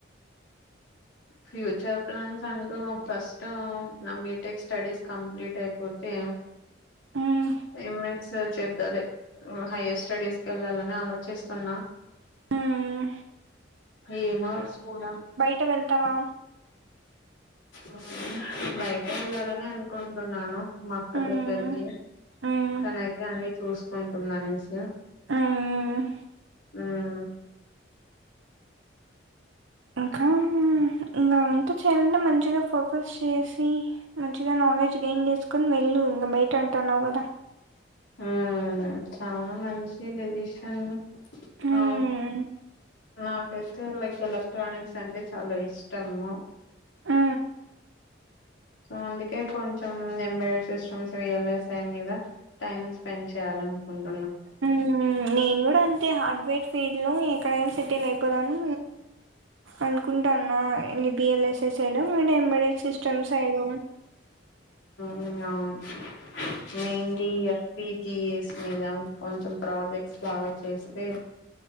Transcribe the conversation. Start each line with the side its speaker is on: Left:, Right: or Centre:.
Left: ఫ్యూచర్ ప్లాన్స్ అంటూ ఫస్ట్ నా బీటెక్ స్టడీస్ కంప్లీట్ అయిపోతే
Right: హ్మ్
Left: ఎం ఎస్ చెప్పు అదే మ్మ్ హైయర్ స్టడీస్ వెళ్ళాలని ఆలోచిస్తున్నా
Right: హ్మ్
Left: ఏమో సూడ
Right: నువ్ వెళతవా
Left: మ్మ్ బయట వెళ్ళాలనే అనుకుంటున్నాను మా అక్క
Right: హ్మ్.
Left: దగ్గరికి
Right: హ్మ్.
Left: తనైతే అన్ని చూసుకుంటుంది అనేసి
Right: హ్మ్.
Left: ఉమ్
Right: ఇంకా ఇంకా అంతా చేయాలంటే మంచిగా ఫోకస్ చేసి మంచిగా నాలెడ్జ్ గెయిన్ చేసుకొని వెళ్ళు ఇంగ బయట అంటన్నావు కదా
Left: మ్మ్ చాలా మంచి డెసిషన్
Right: హ్మ్.
Left: ఆ నాక్ ఏస్టర్ లైఫ్ ఎలక్ట్రానిక్స్ అంటే చాలా ఇష్టము
Right: ఆ
Left: సో అందుకే కొంచెం ఎబ సిస్టమ్స్ విల్ఎస్ఐ మీద టైమ్ స్పెండ్ చేయాలినుకుంటు
Right: హ నేన్ కూడా అన్ అయితే హార్డ్వేర్ ఫీల్డ్లో ఎక్కడైనా సెటిల్ అయిపోదాము అనుకుంటున్న లిబిఎల్ఎస్ఏ సైడం విన్ ఎమ్మడె సిస్టమ్ సైడ్
Left: వినవును మెయిన్లీ ఎఫ్పిజిఎస్ మీద కొంచెం ప్రాజెక్ట్స్ బాగా చేస్తే